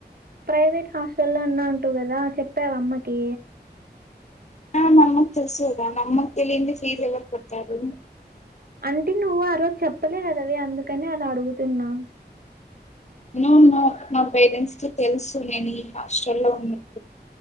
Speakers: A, on the right; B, on the left.
A: ప్రైవేట్ హాస్టలో ఉన్నా ఉంటివి కదా చెప్పావ అమ్మకి
B: ఆ మా అమ్మకి తెల్సుకదా నమ్మక్క తెలియందంది ఫీజ ఎవరు కడతారు
A: అంటే నువ్వు ఆ రోజు చెప్పలే కదవే అందుకనే అలా అడుగుతున్నా
B: నో నో నా పేరెంట్స్ కి తెలుసు నేను ఈ హాస్టల్ లో ఉన్నా